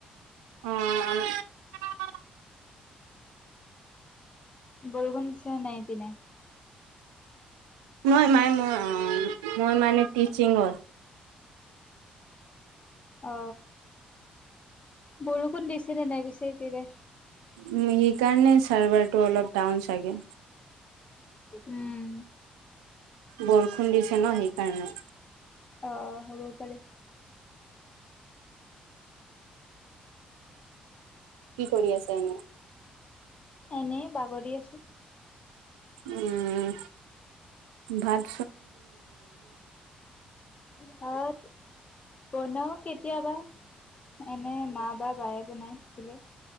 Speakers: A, on the right; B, on the left.
A: অ',
B: বৰষুণ দিছে নাই সেইপিনে?
A: মই-মই-মই মানে টিচিঙৰ।
B: অ, বৰষুণ দিছেনে নাই পিছে সেইপিনে?
A: উম, সেইকাৰণে চাৰ্ভাৰটো অলপ ডাউন চাগে।
B: উম,
A: বৰষুণ দিছে ন সেইকাৰণে।
B: অ, হ'ব পাৰে।
A: কি কৰি আছে এনে?
B: এনেই বাগৰি আছো।
A: উম, ভাত
B: ভাত বনাও কেতিয়াবা এনে মা বা বায়ে বনাই থাকিলে।